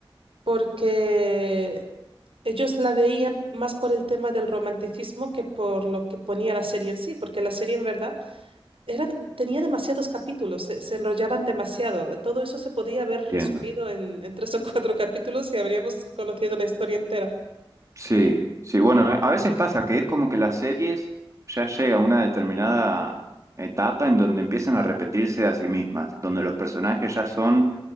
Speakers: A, on the right; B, on the right.
A: porque ellos la veían más por el tema del romanticismo que por lo que ponía la serie en sí, porque la serie en verdad eran, tenía demasiados capítulos, se, se enrollaban demasiado. Todo eso se podía haber
B: entiendo.
A: resumido en, en tres o cuatro capítulos y habríamos conocido la historia entera.
B: Sí, sí, bueno, a veces pasa que es como que las series ya llega a una determinada etapa en donde empiezan a repetirse a sí mismas, donde los personajes ya son